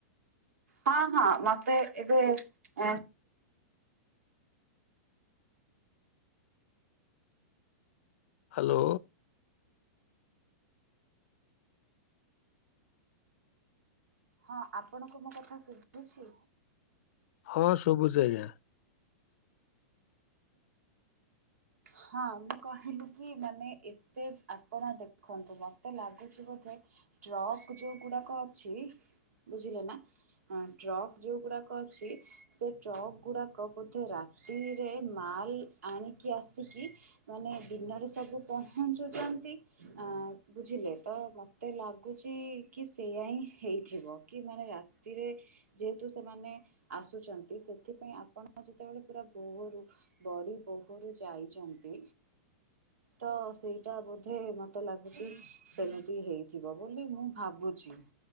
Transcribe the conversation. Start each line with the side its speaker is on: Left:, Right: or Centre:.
Right: ହଁ ହଁ ମତେ ଏବେ ଆ
Left: ହ୍ୟାଲୋ।
Right: ହଁ ଆପଣଙ୍କୁ ମୋ କଥା ଶୁଭୁଛି।
Left: ହଁ ଶୁଭୁଛି ଆଜ୍ଞା।
Right: ହଁ ମୁଁ କହିଲି କି ମାନେ ଏତେ ଆପଣ ଦେଖନ୍ତୁ ମତେ ଲାଗୁଛି ବୋଧେ ଟ୍ରକ୍ ଯୋଉ ଗୁଡାକ ଅଛି ବୁଝିଲେ ନା ହଁ ଟ୍ରକ୍ ଯୋଉ ଗୁଡାକ ଅଛି ସେ ଟ୍ରକ୍ ଗୁଡା କ ବୋଧେ ରାତିରେ ମାଲ ଆଣିକି ଆସିକି ମାନେ ଦିନରେ ସ୍ ସବୁ ପହଞ୍ଚୁଛନ୍ତି ଆ ବୁଝିଲେ ତ ମତେ ଲାଗୁଚ କି ସେ ସେୟା ହିଁ ହେଇଥିବ କି ମାନେ ରାତିରେ ଯେହେତୁ ସେମାନେ ଆସୁଛନ୍ତି ସେଥିପାଇ ଆପଣ ଯେତେବେଳେ ପୁରା ବୋହରୁ ବଡି ବୋହରୁ ଯାଇଛନ୍ତି ତ ସେଇଟା ବୋଧେ ମତେ ଲାଗୁଛି ସେମିତି ହେଇଥିବ ବୋଲି ମୁଁ ଭାବୁଛି। ଜ